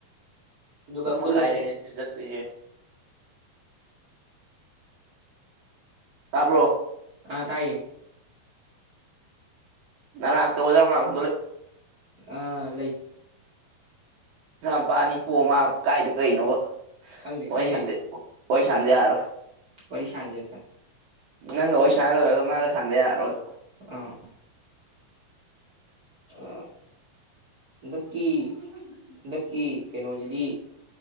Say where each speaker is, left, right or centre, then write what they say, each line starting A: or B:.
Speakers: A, on the right (about 50°); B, on the right (about 65°).
A: ꯑꯗꯨꯒ
B: ꯑꯍꯨꯝ
A: ꯄꯨꯜꯂꯁꯦ
B: ꯃꯈꯥꯢꯗꯅꯦ ꯇꯨꯢꯁꯟ ꯆꯠ ꯇꯣꯢꯁꯦ ꯇꯥꯕ꯭ꯔꯣ
A: ꯑ ꯇꯥꯏꯌꯦ
B: ꯅꯅꯥꯥꯛꯇ ꯋꯥꯖꯥꯥꯥꯎ ꯉꯥꯡ
A: ꯑꯥ ꯂꯩ
B: ꯃꯆꯥ ꯄꯥ ꯑꯅꯤ ꯄꯣꯛꯑ ꯃꯥꯅ ꯀꯥꯛꯢꯗꯣ ꯀꯩꯅꯣꯕ
A: ꯈꯪꯗꯦ
B: ꯋꯥꯔꯤ
A: ꯈꯪꯗꯦ
B: ꯁꯥꯟꯗꯦ
A: ꯑꯩꯖꯨ
B: ꯋꯥꯔꯤ ꯁꯥꯟꯗ ꯌꯥꯔꯣꯏ
A: ꯋꯥꯔꯤ ꯁꯥꯟꯁꯦ ꯑꯝꯇ
B: ꯅꯪꯒ ꯋꯥꯔꯤ ꯁꯥꯟꯅ ꯂꯣꯏꯔꯒ ꯃꯥꯒ ꯁꯥꯟꯗ ꯌꯥꯔꯔꯣꯏ
A: ꯑꯥ ꯑ ꯍꯟꯗꯛꯀꯤ ꯍꯟꯗꯛꯀꯤ ꯀꯩꯅꯣꯖꯤꯗꯤ